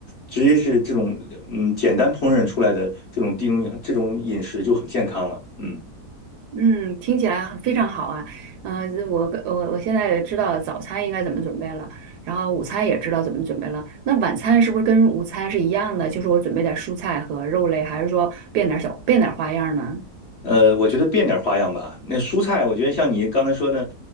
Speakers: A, on the left; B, on the right.
A: 直接是这种嗯简单烹饪出来的这种地中这种饮食就很健康了，嗯。
B: 嗯，听起来非常好啊。嗯、呃我我我现在知道早餐应该怎么准备了，然后午餐也知道怎么准备了。那晚餐是不是跟午餐是一样的？就是我准备点蔬菜和肉类，还是说变点小变点花样呢？
A: 呃，我觉得变点花样吧。那蔬菜，我觉得像你刚才说的，